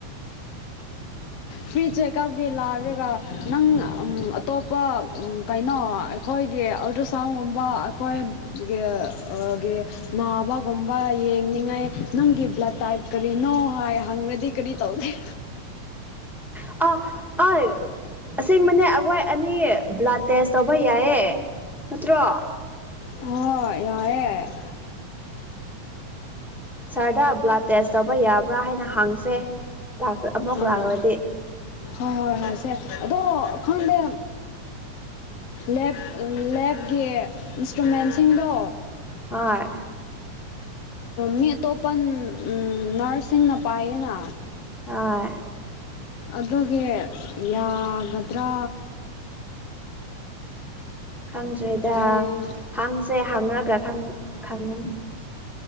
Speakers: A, on the left; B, in the centre.
A: ꯐ꯭ꯔꯤ ꯆꯦꯛꯑꯞꯒꯤ ꯂꯥꯛꯔꯒ ꯅꯪ ꯑꯇꯣꯞꯄ ꯀꯩꯅꯣ ꯑꯩꯈꯣꯏꯒꯤ ꯑꯜꯇ꯭ꯔ ꯁꯥꯎꯟꯒꯨꯝꯕ ꯑꯩꯈꯣꯏ ꯅꯥꯕꯒꯨꯝꯕ ꯌꯦꯡꯅꯤꯡꯉꯥꯏ ꯅꯪꯒꯤ ꯕ꯭ꯂꯠ ꯇꯥꯏꯞ ꯀꯔꯤꯅꯣ ꯍꯥꯏ ꯍꯪꯔꯗꯤ ꯀꯔꯤ ꯇꯧꯅꯤ
B: <unintelligible> ꯑꯁꯦꯡꯕꯅꯦ ꯑꯩꯈꯣꯏ ꯑꯅꯤ ꯕ꯭ꯂꯥꯠ ꯇꯦꯁ ꯇꯧꯕ ꯌꯥꯏꯌꯦ ꯅꯠꯇ꯭ꯔꯣ
A: ꯍ‌ꯣꯏ ꯌꯥꯏꯌ‌ꯦ
B: ꯁꯥꯔꯗ ꯕ꯭ꯂꯥꯠ ꯇꯦꯁ ꯇꯧꯕ ꯌꯥꯕ꯭ꯔꯥ ꯍꯥꯏꯅ ꯍꯪꯁꯦ ꯑꯃꯨꯛ
A: ꯎꯝ
B: ꯂꯥꯛ꯭ꯔꯗꯤ
A: ꯍꯣꯏ ꯍꯣꯏ ꯍꯪꯁꯦ ꯑꯗꯣ ꯈꯪꯗꯦ ꯂꯦꯞ ꯂ‌ꯦꯞꯀꯤ ꯏꯟꯁꯇ꯭ꯔꯨꯃꯦꯟꯁꯤꯡꯗꯣ
B: ꯍꯣꯏ
A: ꯃꯤ ꯑꯇꯣꯞꯄꯟ ꯅꯔꯁꯁꯤꯡꯅ ꯄꯥꯏꯌꯦꯅ
B: ꯍ‌ꯣꯏ
A: ꯑꯗꯨꯒꯤ ꯌꯥꯒꯗ꯭ꯔꯥ
B: ꯈꯪꯗ꯭ꯔꯦꯗ
A: ꯑꯩ
B: ꯍꯪꯁꯦ ꯍꯪꯔꯒ ꯈꯪ ꯈꯪꯉꯅꯤ